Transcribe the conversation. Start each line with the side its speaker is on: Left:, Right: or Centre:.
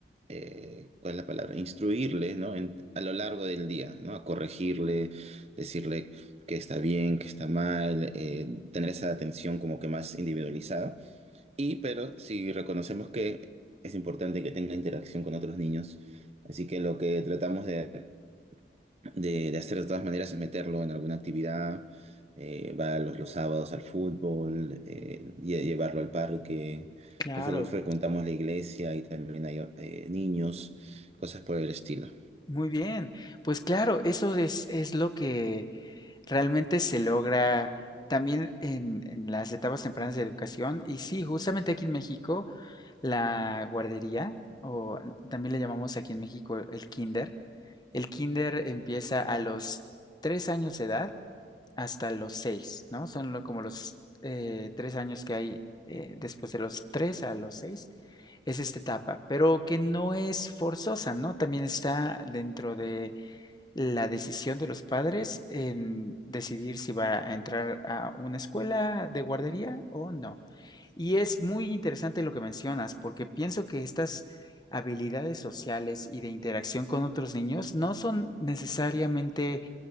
Right: eh, ¿cuál es la palabra? Instruirle, ¿no? En- a lo largo del día, ¿no? A corregirle, decirle que está bien, que está mal, eh, tener esa atención como que más individualizada. Y, pero si reconocemos que es importante que tenga interacción con otros niños, así que lo que tratamos de de, de hacer de todas maneras es meterlo en alguna actividad, eh, va los, los sábados al fútbol, eh, lle- llevarlo al parque.
Left: Claro,
Right: Nosotros frecuentamos la iglesia y también hay eh, niños, cosas por el estilo.
Left: muy bien. Pues claro, eso es, es lo que realmente se logra también en, en las etapas tempranas de educación. Y sí, justamente aquí en México, la guardería, o también le llamamos aquí en México el kinder, el kinder empieza a los tres años de edad hasta los seis, ¿no? Son lo- como los eh, tres años que hay eh, después de los tres a los seis es esta etapa, pero que no es forzosa, ¿no? También está dentro de la decisión de los padres en decidir si va a entrar a una escuela de guardería o no. Y es muy interesante lo que mencionas, porque pienso que estas habilidades sociales y de interacción con otros niños no son necesariamente